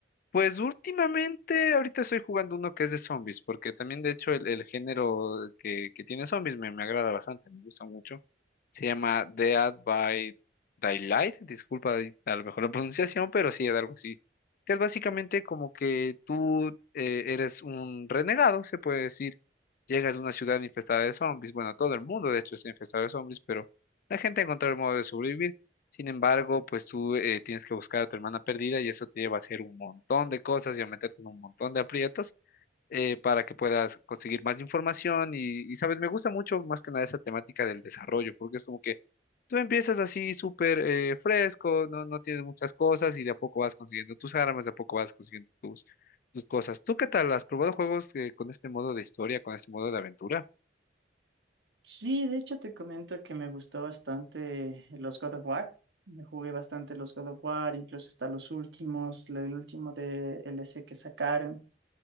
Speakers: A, on the left (about 50°); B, on the right (about 75°).
A: Pues últimamente, ahorita estoy jugando uno que es de zombies, porque también de hecho el, el género que, que tiene zombies me, me agrada bastante, me gusta mucho. Se llama Dead by Daylight, disculpa ahí a lo mejor la pronunciación, pero sí, es algo así. Que es básicamente como que tú eh, eres un renegado, se puede decir. Llegas a una ciudad infestada de zombies, bueno, todo el mundo de hecho está infestado de zombies, pero la gente encuentra el modo de sobrevivir. Sin embargo, pues tú eh, tienes que buscar a tu hermana perdida y eso te lleva a hacer un montón de cosas y a meterte en un montón de aprietos eh, para que puedas conseguir más información y, y, sabes, me gusta mucho más que nada esa temática del desarrollo, porque es como que tú empiezas así súper eh, fresco, no, no tienes muchas cosas y de a poco vas consiguiendo tus armas, de a poco vas consiguiendo tus, tus cosas. ¿Tú qué tal? ¿Has probado juegos eh, con este modo de historia, con este modo de aventura?
B: Sí, de hecho te comento que me gustó bastante los God of War. Me jugué bastante los God of War, incluso hasta los últimos, el último de L. C. que sacaron.